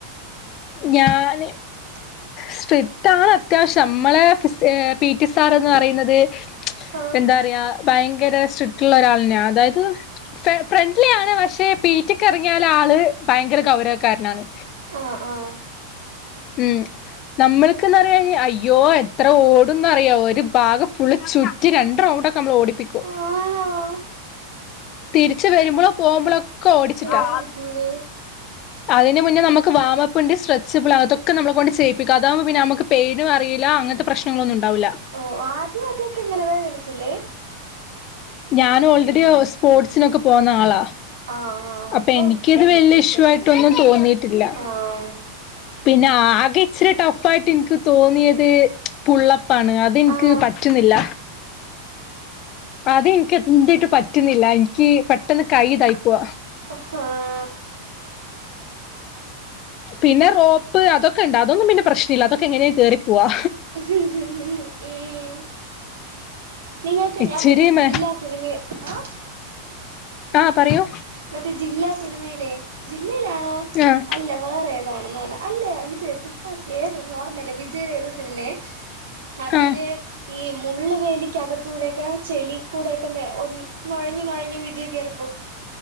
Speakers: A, on the left; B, on the right.
A: ഞാന്
B: <inaudible>
A: സ്ട്രിറ്റ് ആാണ് അത്യാവശ്യം നമ്മളെ പി ടി സാർ എന്ന് പറയുന്നത്
B: ആഹ
A: എന്താ പറയാ ഭയങ്കര സ്ട്രിക്ട് ഉള്ള ഒരാളന്നെയാ, അതായത് ഫ്രണ്ട്ലി ആാണ്, പക്ഷെ പീ ടി ക്ക് ഇറങ്ങിയാല ആള് ഭയങ്കര ഗൗരവക്കാരനാണ്.
B: ആഹ ആഹ
A: ഉം നമ്മൾക്ക്യെന്ന അയ്യോ എത്ര ഓടുന്നറിയോ ഒരു ഭാഗം ഫുൾ ചുറ്റി രണ്ട് റൗണ്ടൊക്കെ നമ്മൾ ഓടിപ്പിക്കോ.
B: ആണാ
A: തിരിച്ച് വരുമ്പോഴോ പോകുമ്പോഴോ ഒക്കെ ഓടിച്ചിട്ടാ.
B: വേദനിക്കൂലേ
A: അതിന് മുന്നേ നമുക്ക് വാവപിണ്ടി ഉണ്ട് സ്ര സിമ്പിൾ ആണ്, അതൊക്കെ നമ്മളെ കൊണ്ട് ചെയ്യിപ്പിക്കും. അതാുമ്പോ പിന്നെ നമക്ക് പെയിനും അറിയില്ല അങ്ങനത്തെ പ്രശ്നങ്ങളൊന്നും ഉണ്ടാവില്ല.
B: ഓ ആ ആദ്യ അദ്യൊക്കെ എങ്ങനെ വേദനിച്ചില്ലേ?
A: ഞാൻ ഓൾറെഡി സ്പോർട്സിനൊക്കെ പോന്ന ആളാ.
B: ആ ആ
A: അപ്പൊ എനിക്ക്ത്
B: ഓക്കെ
A: വലിയ
B: ആ
A: ഇഷ്യൂ ആയിട്ടൊന്നും തോന്നിയിട്ടില്ല.
B: ആ
A: പിന്നെ ആകെ ഇച്ചരി ടഫയായിട്ട് എനിക്ക് തോന്നിയത് പുള്ളപ്പാണ്, അതെനിക്ക്
B: ആ
A: പറ്റുന്നില്ല. അത എനിക്ക് എന്ട്ട് പറ്റുന്നില്ല, എനിക്ക് പെട്ടെന്ന് കൈ ഇതായി പോവാ.
B: ആഹാഹാ
A: പിന്നെ റോപ്പ് തൊക്കെ ഉണ്ട്, അതൊന്നും പിന്നെ പ്രശ്നം ഇല്ല, അതൊക്കെ എങ്ങനെയ കേറിപ്പോവാ.
B: <unintelligible> നിങ്ങൾക്ക്
A: ഇച്ചിരി
B: ഞാൻ മറ്റേ ജില്ലാ
A: മേ
B: സിനിമ ആഹ്
A: ആഹ് പറയൂ
B: മറ്റേ ജില്ലാ സിനിമയിലെ ജില്ലയിലാണോ
A: ആഹ്
B: അല്ല വേറെ ഏതാണെന്ന് പറ അല്ലേ ഇത് തുപ്പാക്കി ഏതോ ന ഓർമ്മല്ല വിജയയില ഏത് സിനിമയെ അതില്
A: ആ
B: ഈ മുള്ള് വേലിക്കകത്തൂടെയൊക്കെ ചെളി കൂടെക്കെ ഒക്കന്നെ ഒ നുഴങ്ങി നുഴങ്ങി വിജയിക്കയറി